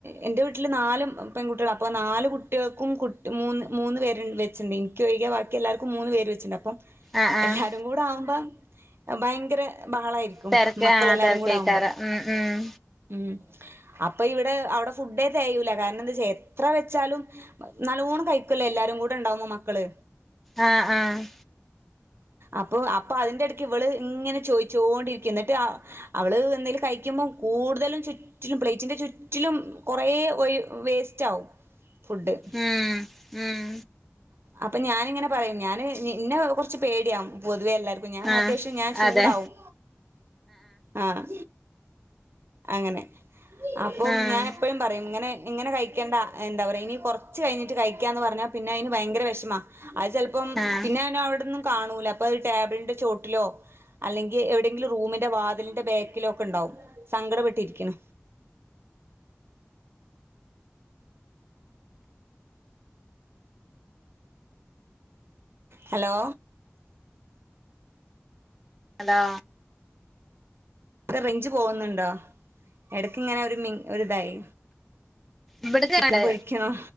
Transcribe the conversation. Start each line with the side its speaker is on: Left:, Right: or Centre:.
Right: എന്റെ വീട്ടില് നാലും പെൺകുട്ടികളാ അപ്പൊ നാല് കുട്ടികൾക്കും കുട്ടി മൂന്ന് മൂന്ന് പേര് വെച്ചുണ്ട് എനിക്ക് ഒഴികെ ബാക്കി എല്ലാർക്കും മൂന്ന് പേര് വെച്ചുണ്ട് അപ്പോ
Centre: ആഹ് ആഹ്
Right: എല്ലാരും കൂടെ ആവുമ്പോ ഭയങ്കര ബഹളായിരിക്കും
Centre: തെരക്ക്
Right: മക്കളെല്ലാരും
Centre: ആഹ് തെരക്കേക്കാരം
Right: കൂടെ ആകുമ്പം
Centre: ഉം ഉം
Right: ഉം അപ്പൊ ഇവിടെ അവിടെ ഫുഡേ തെകയൂല കാരണം എന്താ വച്ചാ എത്ര വെച്ചാലും നല്ലവോണം കഴിക്കൂലെ എല്ലാരും കൂടെ ഉണ്ടാവുമ്പോ മക്കള്
Centre: ആഹ് ആഹ്
Right: അപ്പൊ അപ്പം അതിന്റെ എടെക്ക് ഇവള് ഇങ്ങനെ ചോയിച്ചോണ്ടിരിക്കും എന്നിട്ട് അവള് എന്തേലും കഴിക്കുമ്പോം കൂടുതലും ചുറ്റിലും പ്ലേറ്റിന്റെ ചുറ്റിലും കൊറേ ഒയി വേസ്റ്റ് ആകും ഫുഡ്
Centre: ഉം ഉം
Right: അപ്പം ഞാനിങ്ങനെ പറയും ഞാന് ന്നെ കുറച്ച് പേടിയാ പൊതുവെ എല്ലാവർക്കും ഞാൻ
Centre: ആഹ്
Right: അത്യാവശ്യം ഞാൻ ചൂടാവും
Centre: അതെ
Right: ആഹ് അങ്ങനെ അപ്പം
Centre: ഉം
Right: ഞാൻ എപ്പോഴും പറയും ഇങ്ങനെ ഇങ്ങനെ കഴിക്കേണ്ട എന്താ പറയാ ഇനി കുറച്ച് കഴിഞ്ഞിട്ട് കഴിക്കാ എന്ന് പറഞ്ഞാ പിന്നെ അതിന് ഭയങ്കര വിഷമാ അത് ചെലപ്പം
Centre: ആഹ്
Right: പിന്നെ അവനവിടെന്ന് കാണുല്ല അപ്പൊ ടേബിളിന്റെ ചോട്ടിലോ അല്ലെങ്കിൽ എവിടെയെങ്കിലും റൂമിന്റെ വാതിലിന്റെ ബാക്കിലോ ഒക്കെ ഉണ്ടാവും സങ്കടപട്ടിരിക്കണം ഹലോ
Centre: ഹലോ
Right: റിങ് ഞ്ച് പോന്നുണ്ടോ എടക്ക് ഇങ്ങനെ ഒരു മി ഒരിതായി
Centre: ഇവിടത്തെണ്ട്
Right: ചിക്കൻ പൊരിക്കണോ